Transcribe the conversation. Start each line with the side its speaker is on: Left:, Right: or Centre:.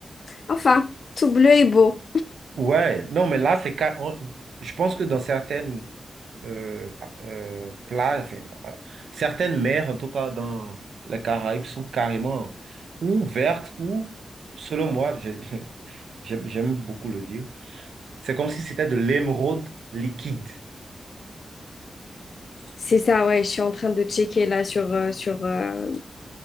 Left: enfin, tout bleu est beau.
Right: Ouais, non, mais là, c'est ca- on- je pense que dans certaines euh, euh, plages, enfin, euh, certaines mers, en tout cas dans les Caraïbes, sont carrément ou vertes ou, selon moi, j'ai- <laughs> j'aime j'aime beaucoup le dire, c'est comme si c'était de l'émeraude liquide.
Left: C'est ça, ouais, je suis en train de checker là sur, euh, sur, euh,